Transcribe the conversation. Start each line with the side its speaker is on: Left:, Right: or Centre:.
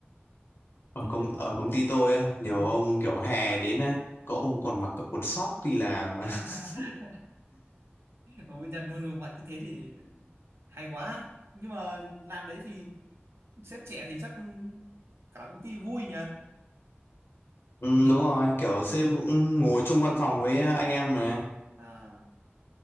Left: ở
Right: thế
Left: công ở công ty tôi á nhiều
Right: nhưng...
Left: ông kiểu hè đến á có ông còn mặc cả quần sóc đi làm <laughs>
Right: <laughs> ở bên Nhật mà được mặc như thế thì hay quá nhưng mà làm đấy thì sếp trẻ thì chắc cả công ty vui nhỉ
Left: ừ, đúng rồi kiểu sếp cũng ngồi chung văn phòng với anh em mà
Right: à